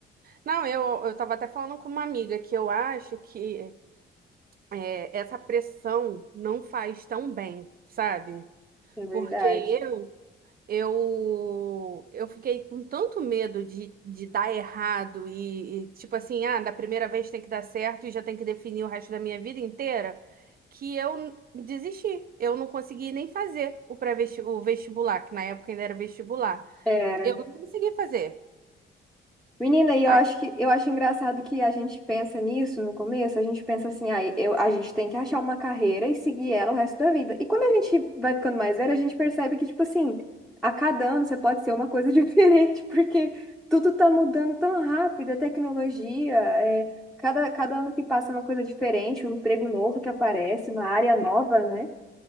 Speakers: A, on the right; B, in the centre.
A: Não, eu, eu tava até falando com uma amiga que eu acho que é, essa pressão não faz tão bem, sabe?
B: na verdade.
A: Porque eu Eu, eu fiquei com tanto medo de, de dar errado e, e, tipo assim, ah, da primeira vez tem que dar certo e já tem que definir o resto da minha vida inteira, que eu n- desisti. Eu não consegui nem fazer o pré-vestibular, o vestibular, que na época ainda era vestibular.
B: era
A: Eu não consegui fazer.
B: Menina, e
A: Aí
B: eu acho que eu acho engraçado que a gente pensa nisso no começo, a gente pensa assim, ah, eu, a gente tem que achar uma carreira e seguir ela o resto da vida. E quando a gente vai ficando mais velha, a gente percebe que, tipo assim, a cada ano você pode ser uma coisa <laughs> diferente, porque tudo tá mudando tão rápido, a tecnologia, é, cada, cada ano que passa é uma coisa diferente, um emprego novo que aparece, uma área nova, né?